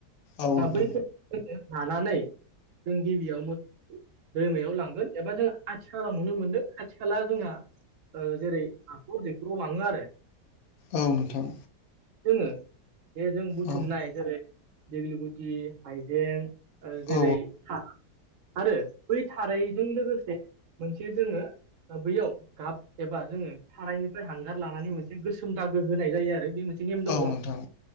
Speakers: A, on the left; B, on the right.
A: औ
B: दा बैफोरखौ जों लानानै जों गिबियावनो दैमायाव लांगोन एबा जों आथिखालाव नुनो मोनदों आथि खाला जोंहा ओ जेरै हाखर दैखराव लाङो आरो।
A: औ नोंथां
B: जोङो जे जों बुथुमनाय
A: औ
B: जेरै दिग्लि गुति हाइजें ओ जेरै
A: औ
B: था आरो बै थारैजों लोगोसे मोनसे जोङो बैयाव गाब एबा जोङो सारायनिफ्राय हांगार लानानै मोनसे गोसोम दागो होनाय जायो आरो बे मोन से नेम दङ
A: औ नोंथां